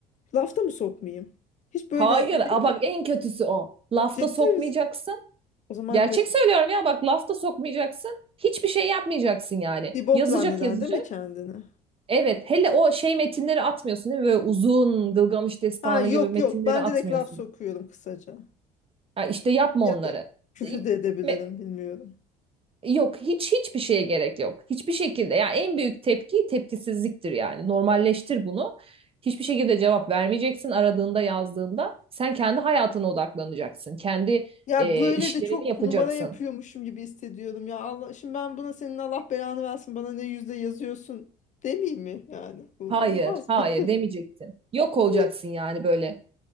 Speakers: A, on the left (about 40°); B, on the right (about 30°).
A: Lafta mı sokmayayım? Hiç böyle
B: Hayır,
A: öyle
B: a
A: mi?
B: bak en kötüsü o. Lafta
A: Ciddi
B: sokmayacaksın.
A: misin? O zaman
B: Gerçek
A: böyle
B: söylüyorum ya bak lafta sokmayacaksın. Hiçbir şey yapmayacaksın yani.
A: Bir bok
B: Yazacak
A: zanneder
B: yazacak.
A: değil mi kendini?
B: Evet, hele o şey metinleri atmıyorsun değil mi? Böyle uzun Gılgamış Destanı
A: Ha yok
B: gibi metinleri
A: yok ben
B: atmıyorsun.
A: direkt laf sokuyorum kısaca.
B: Ha, işte yapma
A: Ya
B: onları.
A: da küfür
B: E,
A: de edebilirim
B: me-
A: bilmiyorum.
B: Yok hiç hiçbir şeye gerek yok. Hiçbir şekilde. Yani en büyük tepki tepkisizliktir yani. Normalleştir bunu. Hiçbir şekilde cevap vermeyeceksin aradığında yazdığında. Sen kendi hayatına odaklanacaksın. Kendi
A: Ya
B: e,
A: böyle
B: işlerini
A: de çok
B: yapacaksın.
A: numara yapıyormuşum gibi hissediyorum ya Allah şimdi ben buna senin Allah belanı versin bana ne yüzde yazıyorsun demeyeyim mi yani bu
B: Hayır,
A: olmaz
B: hayır
A: mı?
B: demeyeceksin. Yok olacaksın
A: <laughs> İyi.
B: yani böyle.